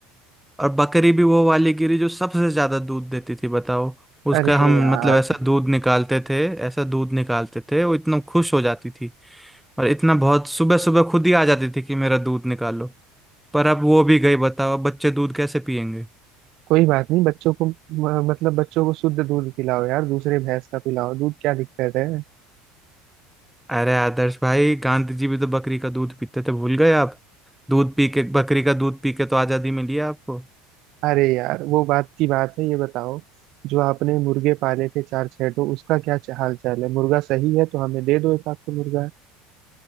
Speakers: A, in the centre; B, on the right (about 60°).
A: और बकरी भी वो वाली गिरी जो सबसे ज्यादा दूध देती थी बताओ उसका
B: अरे
A: हम
B: यार
A: मतलब ऐसा दूध निकालते थे ऐसा दूध निकालते थे वो इतना खुश हो जाती थी और इतना बहुत सुबह सुबह खुद ही आ जाती थी कि मेरा दूध निकालो पर अब वो भी गई बताओ अब बच्चे दूध कैसे पियेंगे
B: कोई बात नहीं बच्चों को म- मतलब बच्चों को शुद्ध दूध पिलाओ यार दूसरे भैंस का पिलाओ दूध क्या दिक्कत है
A: अरे आदर्श भाई गांधी जी भी तो बकरी का दूध पीते थे भूल गए आप दूध पी के बकरी का दूध पी के तो आजादी मिली है आपको
B: अरे यार वो बात की बात है ये बताओ जो आपने मुर्गे पाले थे चार छह तो उसका क्या च- हाल चाल है मुर्गा सही है तो हमें दे दो एक आध तो मुर्गा